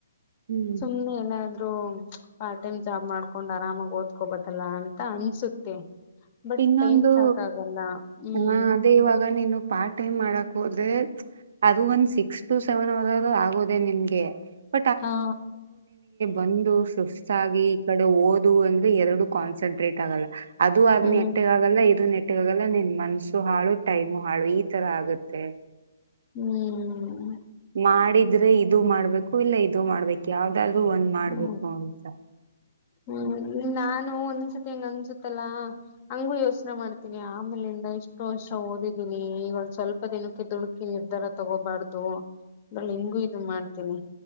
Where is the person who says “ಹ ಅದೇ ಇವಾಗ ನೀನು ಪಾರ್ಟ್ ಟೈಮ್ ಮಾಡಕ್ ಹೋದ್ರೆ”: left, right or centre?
Right